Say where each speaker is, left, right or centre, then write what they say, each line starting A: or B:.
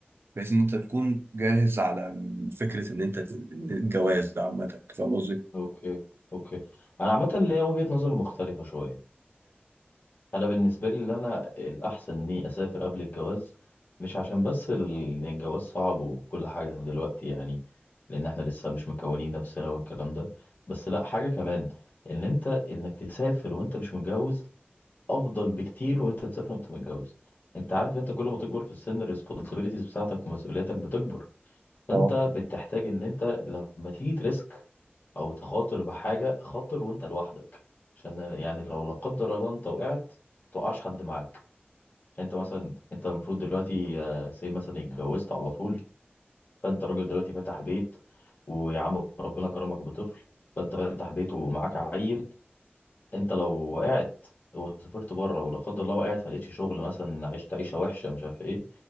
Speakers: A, on the right (about 70°); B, on the left (about 45°).
A: بحيث ان انت تكون جاهز على فكره ان انت ت- الجواز ده عامه فاهم قصدي؟
B: اوكي اوكي انا عامه ليا وجهه نظر مختلفه شويه انا بالنسبه لي اللي انا الاحسن اني اسافر قبل الجواز مش عشان بس ال- الجواز صعب وكل حاجه دلوقتي يعني لان احنا لسه مش مكونين نفسنا والكلام ده بس لا حاجه كمان ان انت انك تسافر وانت مش متجوز افضل بكتير وانت تسافر وانت متجوز انت عارف انت كل ما تكبر في السن الريسبونسابيلتيز بتاعتك ومسؤولياتك بتكبر فانت
A: اه
B: بتحتاج ان انت لما تيجي تريسك او تخاطر بحاجه خاطر وانت لوحدك عشان يعني لو لا قدر الله انت وقعت متوقعش حد معاك يعني انت مثلا انت المفروض دلوقتي آه، سي مثلا اتجوزت على طول فانت راجل دلوقتي فاتح بيت ويا عم ربنا كرمك بطفل فانت فاتح بيت ومعاك عيل انت لو وقعت وسافرت بره ولا قدر الله وقعت ما لقيتش شغل مثلا عشت عيشه وحشه مش عارف ايه